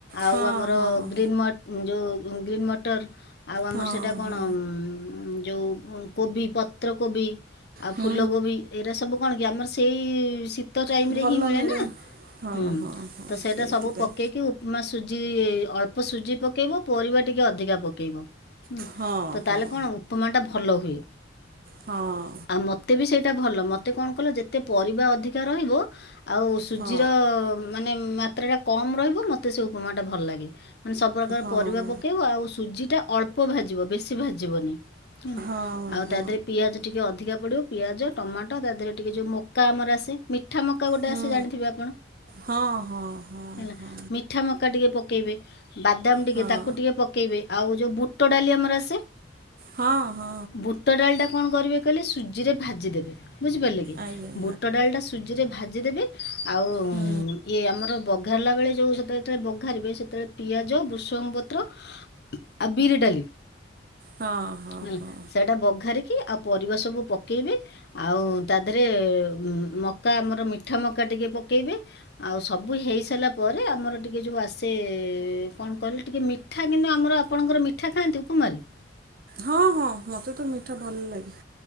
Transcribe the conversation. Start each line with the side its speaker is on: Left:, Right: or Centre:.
Left: ଆଉ
Right: ହଁ
Left: ଆମର
Right: ହଁ।
Left: ଗ୍ରୀନ୍ ମଟ୍ ଯୋଉ ଗ୍ରୀନ୍ ମଟର୍ ଆଉ ଆମର
Right: ହଁ
Left: ସେଟା କଣ
Right: ହଁ
Left: ଉଁ ଯୋଉ କୋବି ପତ୍ରକୋବି ଆଉ
Right: ହୁଁ
Left: ଫୁଲକୋବି ଏଇରା ସବୁ କଣ କି ଆମର୍ ସେଇ ଶୀ ତ ଯାଇମ୍
Right: ହୁଁ
Left: ରେ
Right: ଭଲ
Left: ହିଁ ମିଳେ ନାଁ
Right: ହଁ
Left: ହୁଁ।
Right: ହଁ ହଁ
Left: ତ ସେଟା
Right: ସେଇଥିପାଇଁ
Left: ସବୁ ପକେଇକି ଉପ୍ମା ସୁଜି ଅଳ୍ପ ସୁଜି ପକେଇବ ପରିବା ଟିକେ ଅଧିକା ପକେଇବ ତ
Right: ହଁ ହଁ।
Left: ତାହେଲେ କଣ ଉପମା ଟା ଭଲ ହୁଏ।
Right: ହଁ
Left: ଆ ମତେ ବି ସେଇଟା ଭଲ ମତେ କଣ କଲ ଯେତେ ପରିବା ଅଧିକା ରହିବ ଆଉ ସୁଜିର
Right: ହଁ
Left: ମାନେ ମାତ୍ରା ଟା କମ୍ ରହିବ ମତେ ସେ ଉପମା ଟା ଭଲ୍ ଲାଗେ ମାନେ ସବୁପ୍ରକାର
Right: ହଁ
Left: ପରିବା ପକେଇବ ଆଉ ସୁଜିଟା ଅଳ୍ ପ ଭାଜିବ ବେଶି ଭାଜିବନି ଆଉ
Right: ହଁ ହଁ
Left: ତା ଦେଅରେ ପିଆଜ ଟିକେ ଅଧିକା ପଡ଼ିବ ପିଆଜ ଟମାଟ ତା ଦେଅରେ ଟିକେ ଯୋଉ ମକା ଆମର ଆସେ ମି ଠା ମକା ଗୋଟେ
Right: ହଁ
Left: ଆସେ ଜାଣିଥିବେ ଆପଣ?
Right: ହଁ ହଁ ହଁ।
Left: ହେଲା
Right: ହଁ
Left: ମିଠା ମକା ଟିକେ ପକେଇବେ ବାଦାମ ଟିକେ
Right: ହଁ
Left: ତାକୁ ଟିକେ ପ କେଇବେ ଆଉ ଯୋଉ ବୁଟ ଡାଲି ଆମର ଆସେ।
Right: ହଁ ହଁ।
Left: ବୁଟ ଡାଲି ଟା କଣ କରିବେ କହିଲେ ସୁଜି ରେ ଭାଜିଦେବେ ବୁଝିପାରିଲେ କି?
Right: ଆଜ୍ଞା
Left: ବୁଟ ଡାଲି ଟା ସୁଜିରେ ଭାଜିଦେବେ ଆଉ
Right: ହୁଁ।
Left: ଇଏ ଆମର ବଘାରିଲା ବେଳେ ଯୋଉ ସେତେବେଳେ ବଘାରିବେ ସେତେବେଳେ ପିଆଜ ବୃଷଙ୍ଗ ପତ୍ର। ଆଉ ବିରି ଡାଲି
Right: ହଁ ହଁ
Left: ହେଲା। ସେଇଟା ବଘାରିକି ଆଉ ପରିବା ସବୁ ପକେଇବେ ଆଉ ତା ଦେହରେ ଉ ମ କା ଆମର ମିଠା ମକା ଟିକେ ପକେଇବେ ଆଉ ସବୁ ହେଇସାରିଲା ପରେ ଆମର ଟିକେ ଯଉ ଆସେ ସେ କଣ କହିଲ ଟିକେ ମିଠା କିନ୍ତୁ ଆମର ଆପଣଙ୍କର ମିଠା ଖାଆନ୍ତି ଉପମାରେ?
Right: ହଁ ହଁ ମୋତେ ତ ମିଠା ଭଲ ଲାଗେ।